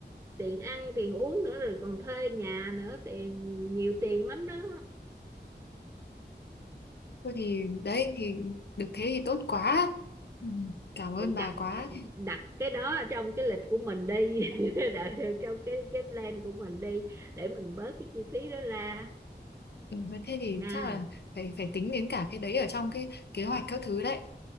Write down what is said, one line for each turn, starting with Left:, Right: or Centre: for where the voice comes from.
Right: tiền ăn tiền uống nữa rồi còn thuê nhà nữa tiền nhiều tiền lắm đó
Left: thôi thì đấy thì được thế thì tốt quá ừ, cảm ơn
Right: thì đặt
Left: bà quá
Right: à, đặt cái đó ở trong cái lịch của mình đi <laughs> Đặt trong cái cái plan của mình đi để mình bớt cái chi phí đó ra
Left: ừ, thế thì
Right: nha
Left: chắc là phải phải tính đến cả cái đấy ở trong cái kế hoạch các thứ đấy